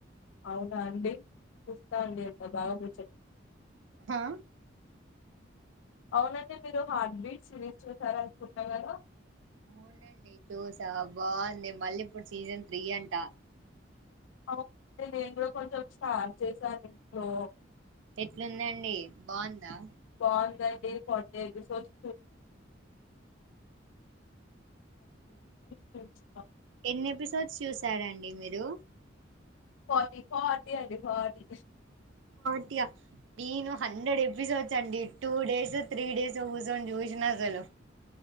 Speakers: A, on the left; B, on the right.
A: అవునా అండి కుస్తా అండింత బాగాబ చె
B: హా
A: అవునండి మీరు హార్ట్బీట్ సిరీస్ చూసార అనుకుంటు కదా
B: అవునండి చూస బాగుంది మళ్ళీ ఇప్పుడు సీజన్ త్రీ అంటా
A: అవుే నేను కూడా కొంచెం స్టార్ట్ చేసాను ఇంట్లో
B: ఎట్లుందండి బాగుందా
A: బట స ఈసారి కొత్త ఎపిసోడ్స్ చూస్
B: ఎన్ని ఎపిసోడ్స్ చూశారండి మీరు
A: ఫార్టీ ఫార్టీ అండి ఫాటీ
B: టిగా నేను హండ్రెడ్ ఎపిసోడ్స్ అండి టూ డేస్ త్రీ డేస్ కూర్చొని చూసిన అసలు